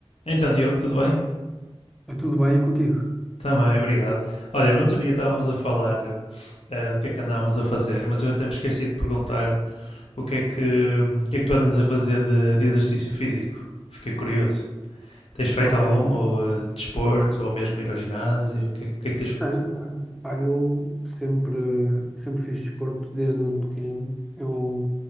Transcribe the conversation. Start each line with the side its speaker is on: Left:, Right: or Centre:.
Left: Então, Diogo, tudo bem?
Centre: É tudo bem contigo?
Left: Também, obrigado. Olha, no outro dia estávamos a falar eh, do que é que andávamos a fazer, mas eu até me esqueci de perguntar o que é que, o que, é que tu andas a fazer de, de exercício físico. Fiquei curioso. Tens feito
Centre: Ok.
Left: algum? Ou eh, desporto? Ou mesmo ir ao ginásio? O que é, o que é que tens feito?
Centre: Tenho, tenho. Pá, eu sempre, eu sempre fiz desporto desde pequeno. Eu,